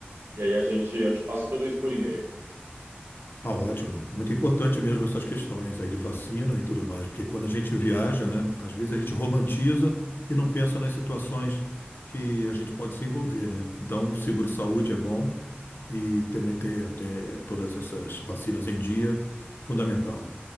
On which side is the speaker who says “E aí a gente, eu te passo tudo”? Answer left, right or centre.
Right